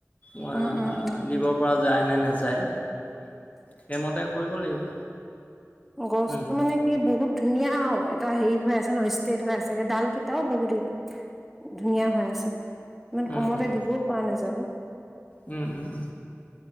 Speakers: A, on the left; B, in the centre.
A: উৱা
B: উম উম উম
A: দিব পৰা যায় নে নাযায় সেইমতে কৰিব লাগিব
B: গছতো
A: উম,
B: মানে কি বহুত ধুনীয়া আৰু এটা হেৰি হৈ আছে ন ষ্টেট হৈ আছে ডাল কেইটাও বহুত দিন ধুনীয়া হৈ আছে ইমান
A: উম,
B: কমতে
A: উম,
B: দিবও পৱা নাযাব
A: উম উম